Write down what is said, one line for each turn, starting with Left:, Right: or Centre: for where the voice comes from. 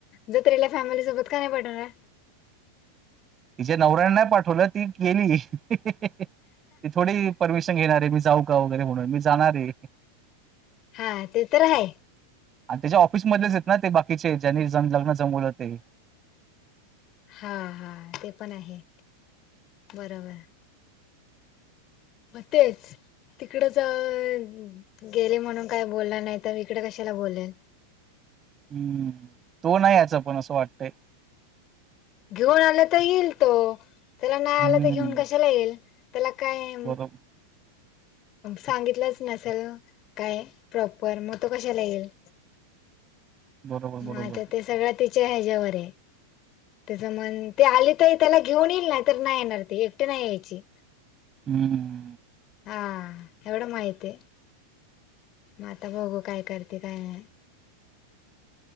Left: जत्रेला फॅमिली सोबत का नाही पाठवणार?
Right: तिच्या नवऱ्यां नाही पाठवलं ती गेली ती थोडी परमिशन घेणार आहे मी जाऊ का वगैरे म्हणून मी जाणार ए.
Left: हा ते तर हाय.
Right: आणि त्याच्या ऑफिस मधलेच आहेत ना ते बाकीचे ज्यांनी लग्न जमवलं ते.
Left: हा हा ते पण आहे बरोबर. म तेच तिकडं च गेले म्हणून काय बोलणार नाही तर इकडें कशाला बोलेल.
Right: हम्म तो नाही याचा पण असं वाटतंय.
Left: घेऊन आलं तर येईल तो त्याला नाही
Right: हम्म,
Left: आला तर घेऊन कशाला येईल. त्याला काय
Right: बरो
Left: सांगितलंच नसल काय प्रॉपर मग तो कशाला येईल.
Right: बरोबर, बरोबर.
Left: मग आता ते सगळं तिच्या ह्याच्यावर आहे. त्यासं मन ते आली तर त्याला घेऊन येईल नाही तर नाही येणार ती एकटी नाही यायची.
Right: हम्म हम्म
Left: हा एवढं माहितीय. मग आता बघू काय करते काय नाय.